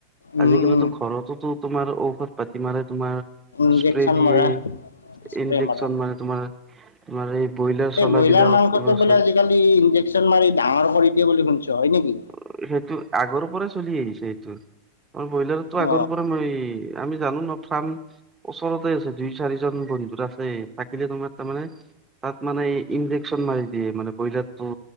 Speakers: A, on the left (about 75°); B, on the right (about 15°).
A: উম
B: আজিকালিতো
A: উম
B: ঘৰটোতো তোমাৰ ঔষধ পাতি মানে তোমাৰ-
A: ইনজেকচন
B: স্প্ৰে দিয়ে,
A: মৰা স্প্ৰে
B: ইনজেকচন
A: মৰা
B: মাৰে। তোমাৰ- তোমাৰ এই ব্ৰয়লাৰ
A: এই
B: চলা
A: ব্ৰইলাৰ
B: বিলাকক-
A: মাংসটো বোলে আজিকালি ইনজেকশ্যন মাৰি ডাঙৰ কৰি দিয়ে বুলি শুনিছোঁ। হয় নেকি?
B: অঁ, সেইটো আগৰ পৰা চলি আহিছে সেইটো। অঁ, ব্ৰয়লাৰকটো আগৰ
A: অ
B: পৰাই সেই - আমি জানো ন চাম ওচৰতে আছে দুই, চাৰিজন বন্ধু আছেই। থাকিলে তোমাৰ তাৰমানে তাত- মানে ইনডেকচন মাৰি দিয়ে মানে ব্ৰইলাৰটো